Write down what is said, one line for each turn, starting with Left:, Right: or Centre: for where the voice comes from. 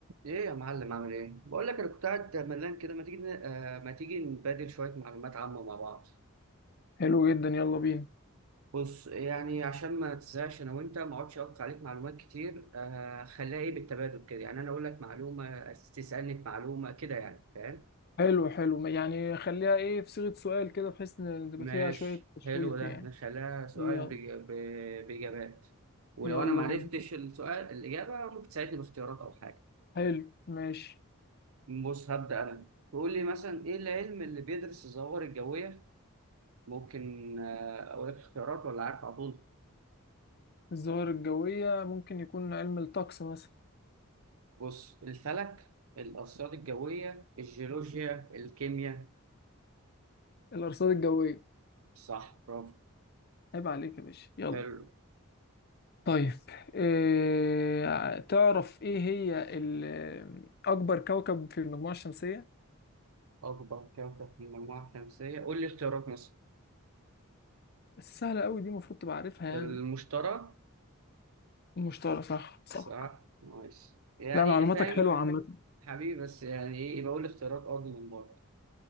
Right: ايه يا معلم عامل ايه بقول لك انا كنت قاعد ملان كده ما تيجي ن- آه ما تيجي نبادل شويه معلومات عامه مع بعض
Left: حلو جدا يلا بينا
Right: بص يعني عشان ما تزهقش انا وانت ما اقعدش اقطع عليك معلومات كتير آه خليها ايه بالتبادل كده يعني انا اقول لك معلومه تسالني في معلومه كده يعني فاهم
Left: حلو حلو ما- يعني خليها ايه في صيغة سؤال كده بحيث ان تبقى
Right: ماشي
Left: فيها شوية تشويق
Right: حلو ده
Left: يعني
Right: نخليها سؤال
Left: يلا
Right: بج- ب- باجابات ولو
Left: يلا
Right: انا ما عرفتش
Left: بينا
Right: السؤال الاجابه ممكن تساعدني باختيارات او حاجه
Left: حلو ماشي
Right: بص هبدا انا تقول لي مثلا ايه العلم اللي بيدرس الظواهر الجويه ممكن آه، أقول لك اختيارات ولا عارف على طول
Left: الظواهر الجوية ممكن يكون علم الطقس مثلا
Right: بص الفلك الأرصاد الجوية الجيولوجيا الكيمياء
Left: الأرصاد الجوية
Right: صح برافو
Left: عيب عليك يا باشا يلا
Right: حلو
Left: طيب إيه تعرف ايه هي ال- أكبر كوكب في المجموعة الشمسية؟
Right: أكبر كوكب في المجموعة الشمسية قول لي اختيارات مثلا
Left: سهلة أوي دي المفروض تبقى عارفها يعني
Right: المشتري
Left: المشتري صح صح
Right: صح نايس يعني
Left: لا معلوماتك
Right: فاهم
Left: حلوة عامة
Right: حبيبي بس يعني إيه يبقى قول لي اختيارات أرض من برضه